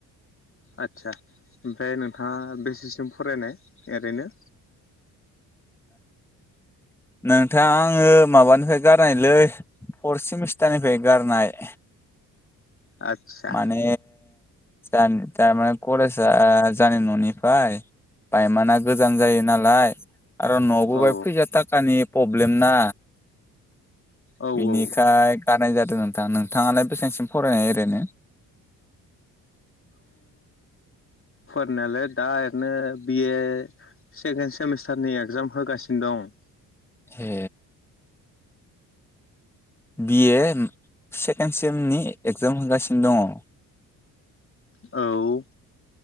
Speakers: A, on the left; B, in the centre.
A: आदसा ओमफ्राय नोंथाङा बेसेसिम फरायनाय ओरैनो
B: नोंथाङा आङो माबानिफ्राय गारनायलै फर्थ सेमिस्टारनिफ्राय गारनाय
A: आदसा
B: माने थारमाने करेज जानाय न'निफ्राय बायमाना गोजान जायो नालाय आरो न'आवबो
A: औ
B: बा फैसा थाखानि प्रब्लेम ना
A: औ
B: बेनिखाय
A: औ
B: गारनाय जादों <unintelligible> नोंथां नोंथाङालाय बेसेबांसिम फरायनाय ओरैनो
A: फोरनायालाय दा ओरैनो बिए सेकेन्द सेमिस्टारनि एगजाम होगासिनो दं।
B: ए बिए सेकेन्ड सेमनि एग्जाम होगासिनो दङ'
A: औ